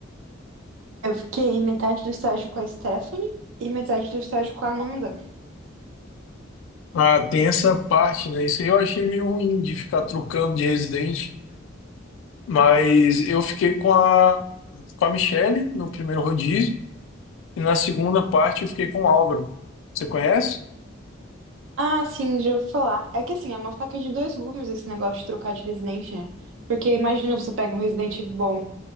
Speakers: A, on the right; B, on the left.
A: Eu fiquei metade do estágio com a Stephanie e metade do estágio com a Amanda.
B: Ah, tem essa parte, né? Isso aí eu achei meio ruim de ficar trocando de residente, mas eu fiquei com a com a Michelle no primeiro rodízio e na segunda parte eu fiquei com o Álvaro. Você conhece?
A: Ah, sim, já ouvi falar. É que assim, é uma faca de dois gumes esse negócio de trocar de residente, né? Porque imagina você pega um residente bom.